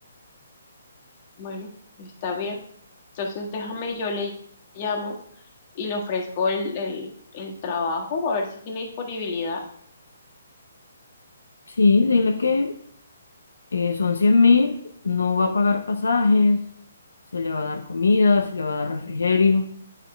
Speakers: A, on the left; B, on the left.
A: bueno, está bien. Entonces déjame, yo le llamo y le ofrezco el, el, el trabajo, a ver si tiene disponibilidad.
B: Sí, dile que Eh, son cien mil, no va a pagar pasajes, se le va a dar comida, se le va a dar refrigerio